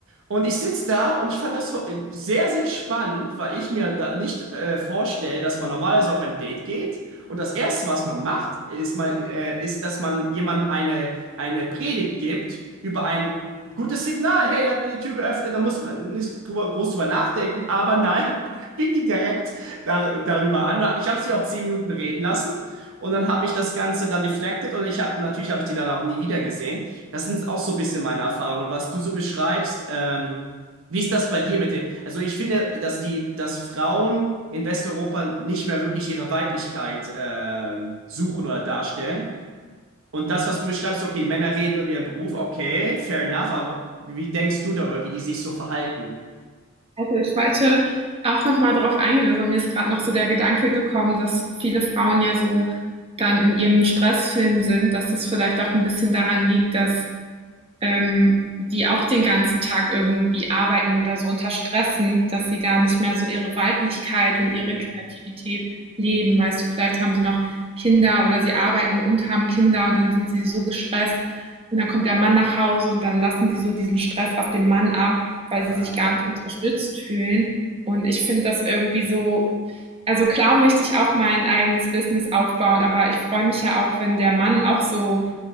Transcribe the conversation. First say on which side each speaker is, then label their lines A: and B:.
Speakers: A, on the right; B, on the right.
A: Und ich sitze da und ich fand das so- äh, sehr, sehr spannend, weil ich mir da nicht äh, vorstelle, dass man normalerweise auf ein Date geht. Und das Erste, was man macht, ist, man, äh, ist, dass man jemandem eine eine Predigt gibt über ein gutes Signal. Hey, er hat mir die Tür geöffnet, da muss man nicht groß drüber nachdenken. Aber nein, <laughs> fing die direkt dar darüber an. Ich habe sie auch zehn Minuten reden lassen und dann habe ich das Ganze dann deflected und ich habe natürlich habe ich die dann auch nie wieder gesehen. Das sind auch so ein bisschen meine Erfahrungen, was du so beschreibst. Ähm, wie ist das bei dir mit dir? Also ich finde, dass die, dass Frauen in Westeuropa nicht mehr wirklich ihre Weiblichkeit ähm, suchen oder darstellen. Und das, was du beschreibst, okay, Männer reden über ihren Beruf, okay, fair enough, aber wie denkst du darüber, wie die sich so verhalten?
B: Also ich wollte auch noch mal drauf eingehen. Also mir ist gerade noch so der Gedanke gekommen, dass viele Frauen ja so dann in ihrem Stressfilm sind, dass das vielleicht auch ein bisschen daran liegt, dass ähm, die auch den ganzen Tag irgendwie arbeiten oder so unter Stress sind, dass sie gar nicht mehr so ihre Weiblichkeit
A: Hm.
B: und ihre Kreativität leben. Weißt du, vielleicht haben sie noch Kinder oder sie arbeiten und haben Kinder und dann sind sie so gestresst und dann kommt der Mann nach Hause und dann lassen sie so diesen Stress auf den Mann ab, weil
A: Ah.
B: sie sich gar nicht unterstützt fühlen. Und ich finde das irgendwie so, also klar möchte ich auch mein eigenes Business aufbauen, aber ich freue mich ja auch, wenn der Mann auch so